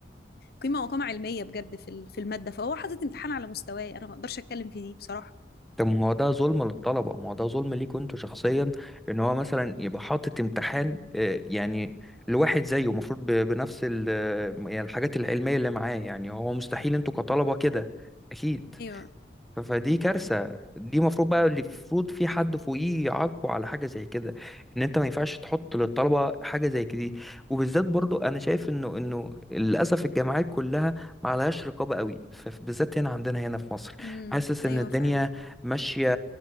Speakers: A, on the left (about 55°); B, in the centre.
A: قيمة وقامة علمية بجد في ال- في المادة فهو حاطط امتحان على مستواي أنا ما أقدرش أتكلم في دي بصراحة
B: طب ما هو ده ظلم للطلبة ما هو ده ظلم ليك انتوا شخصيا ان هو مثلا يبقى حاطط امتحان آه، يعني لواحد زيه المفروض بنفس ال- آه، يعني الحاجات العلمية اللي معاه يعني هو مستحيل انتوا
A: مم.
B: كطلبة كده اكيد
A: أيوه
B: ف- فدي كارثة دي المفروض بقى اللي المفروض في حد فوقيه يعاقبه على حاجة زي كده ان انت ما ينفعش تحط للطلبة حاجة زي دي وبالذات برضو انا شايف انه انه للاسف الجامعات كلها ما عليهاش رقابة قوي فبالذات هنا عندنا هنا في مصر
A: امم
B: حاسس ان
A: أيوه
B: الدنيا
A: فعلا
B: ماشية